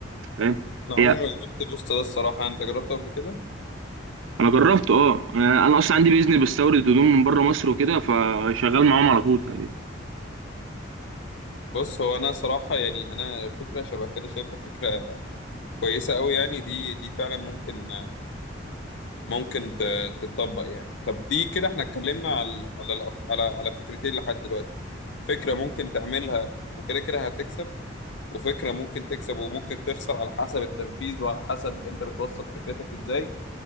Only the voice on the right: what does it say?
فاهم
هي
انا جربت اه انا أنا اصلا عندي بيزنس بستورد هدوم من بره مصر وكده فشغال معاهم على طول تقريبا